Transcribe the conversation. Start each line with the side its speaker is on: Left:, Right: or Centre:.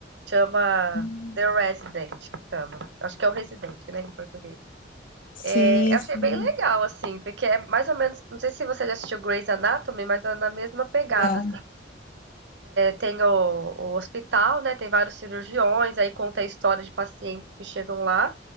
Right: Chama
Left: Hum.
Right: The Resident, chama. Acho que é o Residente, né, em português.
Left: Sim,
Right: É, eu achei
Left: sim.
Right: bem legal, assim, porque é mais ou menos não sei se você já assistiu Grey's Anatomy, mas é na mesma pegada,
Left: Não,
Right: tem o, o hospital, né? Tem vários cirurgiões, aí conta a história de pacientes que chegam lá